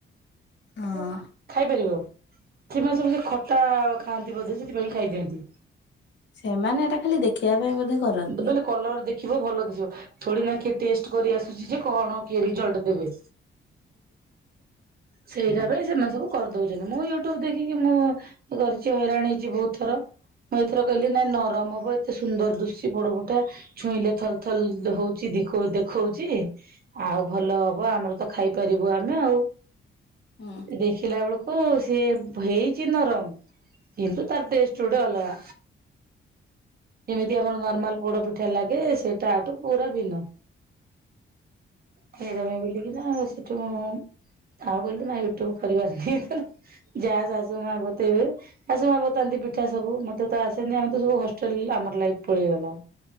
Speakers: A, on the left; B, on the right.
A: ହଁ
B: ଖାଇପାରିବ ସେମାନେ ସବୁ ସେ ଖଟା ଖାଆନ୍ତି ବୋଧେ ସେଥିପାଇଁ ଖାଇ ଦିଅନ୍ତି।
A: ସେମାନେ ଏଟା ଖାଲି ଦେଖେଇବା ପାଇଁ ବୋଧେ କରନ୍ତି।
B: ମତେ କହିଲେ କଲର ଦେଖିବ ଭଲ ଦିଶିବ ଥୋଡି ନା କେ ଟେଷ୍ଟ କରିଆସ ଯେ କଣ କିଏ ରିଜଲଟ ଦେବେ ସେଇଟା ପାଇଁ ସେମାନପୁରୁ କରିଦଉଛି ମୁଁ ୟୁଟ୍ୟୁବ ଦେଖିକି ମୁଁ କରିଛି ହଇରାଣ ହେଇଚି ବହୁତ ଥର। ମୁଁ ଏଥର କହିଲି ନାଇଁ ନରମ ହବ ଏତେ ସୁନ୍ଦର ଦୁସୁଚି ପୋଡ ପିଠା, ଟା ଛୁଇଁଲେ ଥଲଥଲ ହଉଛି ଦେଖୋଉଛି। ଆଉ ଭଲ ହବ। ଆମର ତ ଖାଇପାରିବୁ ଆମେ ଆଉ
A: ହୁଁ
B: ଦିସ୍ <inaudible> ଦେଖିଲା ବେଳକୁ ସିଏ ହେଇଛି ନରମ କିନ୍ତୁ ତାର ଟେଷ୍ଟ୍ ଗୋଟେ ଅଲଗା। ଯଉ ଆମର ନର୍ମାଲ ପୋଡ଼ ପିଠା ଲାଗେ ସେ ତାଠୁ ପୁରା ଭିନ୍ନ। ସେଇ
A: ଓହୋ
B: ଦିନ ବୁଲିକିନା ସେଠୁ ତାହା କହିଲୁ ନା ୟୁଟୁବ କରିବା ନାଇଁ <inaudible> ଯାହା ଶାଶୁ ମା, ବୋତେଇବେ। ଶାଶୁ ମା ବତାନ୍ତି ପିଠା, ସବୁ ମତେ ତ ଆସେନି ଆମେ ତ ସବୁ ହଷ୍ଟେଲ ଆମର ଲାଇଫ୍। ପଳେଇଗଲା